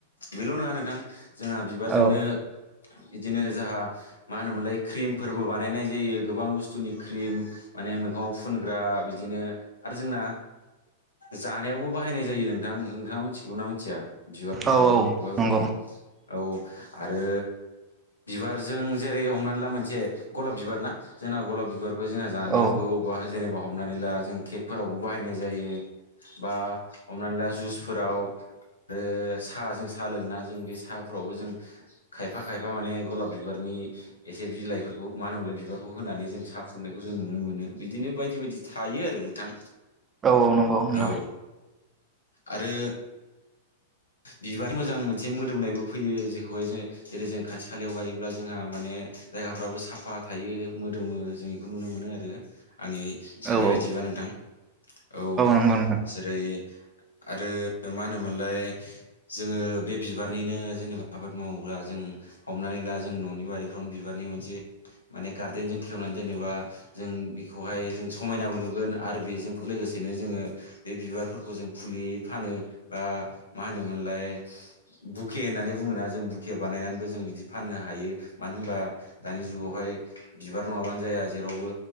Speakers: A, on the left; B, on the right.
A: बेल' नङा नोंथां जोंहा बिबारजोंनो
B: औ
A: बिदिनो जाहा मा होनोमोनलाय क्रिमफोरबो बानायनाय जायो गोबां बुस्थुनि क्रिम माने मैगं आवफुनग्रा बिदिनो आरो जोंना जानायावबो बाहायनाय जायो नोंथां नोंथाङा मिथिगौना मिथिया बिबारफोरखौहाय
B: औ औ
A: अबेखौबा एबखौबा
B: नंगौ
A: औ आरो बिबारजों जेरै हमनानै ला मोनसे गलाब बिबार ना जोंना गलाब बिबारखौ जोंहा जानायावबो
B: औ
A: अबेबा जेनेबा हमनानै ला जों केकफोरावबो बाहायनाय जायो बा हमनाला जुसफोराव आरो साहाजों साहा लोङोना जों बे साहाफोरावबो जों खायफा खायफा माने गलाब बिबारनि एसे बिलाइफोरखौ मानो होनोमलाय बिबारखौ होनानै जों साहा फुंनायखौ जों नुनो मोनो बिदिनो बायदि बायदि थायो आरो नोंथां
B: औ नंगौ नोंथां
A: औ आरो बिबार मोजां मोनसे मोदोमनायबो फैयो जेखौहाय ज जेरै जों खाथि खालायाव गायोब्ला जोंहा माने जायगाफ्राबो साफा थायो मोदोमो जों बेखौ नुनो मोनो आरो आंनि साननाय
B: औ
A: बायदिबा नोंथां औ
B: नंगौ नोंथां
A: जेरै आरो मा होनोमोनलाय
B: <inaudible>
A: जोङो बे बिबारनिनो जेनेबा आबाद मावोब्ला जों हमनानै ला जों न'नि बारिफ्रावनो बिबारनि मोनसे माने गार्देन जों खेवनानै दोनोबा जों बेखौहाय जों समायनाबो नुगोन आरो बेजों लोगोसे लोगोसेनो जोङो बे बिबारफोरखौ जों फुलियै फानो, बा मा होनोमोनलाय बुके होननानै बुङोना जों, बुके बानायनानैबो जों बिदि फाननो हायो। मा मानोहोनबा दानि जुगावहाय बिबार नङाबानो जाया जेरावबो